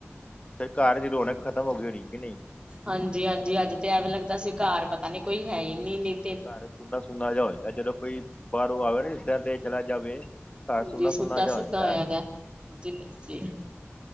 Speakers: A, on the left; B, on the right.
A: ਫੇਰ ਘਾਰ ਚ ਰੋਨਕ ਖ਼ਤਮ ਹੋ ਗਈ ਹੋਨੀ, ਕੇ ਨਈ?
B: ਹਾਂਜੀ-ਹਾਂਜੀ, ਅੱਜ ਤੇ ਐਵੇਂ ਲੱਗਦਾ ਸੀ ਘਾਰ ਪਤਾ ਨੀ ਕੋਈ ਹੈਈ ਨੀ। ਨੀਂ
A: ਘਾਰ ਸੁੰਨਾ-ਸੁੰਨਾ ਜਾ ਹੋ ਜਾਂਦਾ, ਜਦੋਂ ਕੋਈ ਬਾਰੋਂ ਆਵੇ ਨਾ ਰਿਸ਼ਤੇਦਾਰ ਤੇ ਚਲਾ ਜਾਵੇ ਘਾਰ ਸੁੰਨਾ-ਸੁੰਨਾ
B: ਜੀ ਸੁੱਦਾ
A: ਜਾ ਹੋ
B: ਸੁੱਦਾ
A: ਜਾਂਦੈ।
B: ਹੋਇਆ ਦਾ ਜੀ, ਜੀ।